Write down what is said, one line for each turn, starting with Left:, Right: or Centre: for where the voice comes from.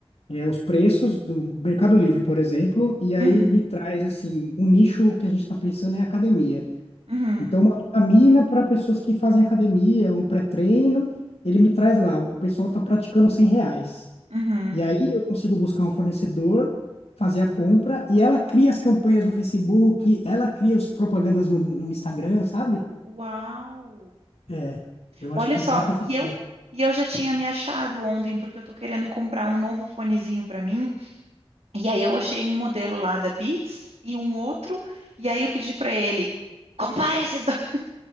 Left: é, os preços do Mercado Livre, por exemplo, e aí
Right: uhum,
Left: me traz, assim, um nicho que a gente está pensando é academia.
Right: uhum,
Left: Então, uma vitamina para pessoas que fazem academia, um pré-treino, ele me traz lá, o pessoal está praticando 100 reais.
Right: uhum.
Left: E aí eu consigo buscar um fornecedor, fazer a compra, e ela cria as campanhas no Facebook, ela cria as propagandas no, no Instagram, sabe?
Right: Uau!
Left: É, eu
Right: Olha
Left: acho que
Right: só,
Left: dá para fazer.
Right: e eu e eu já tinha me achado ontem porque eu tô querendo comprar um novo fonezinho pra mim. E aí eu achei um modelo lá da Beats e um outro, e aí eu pedi pra ele Compara esses dois. <laughs>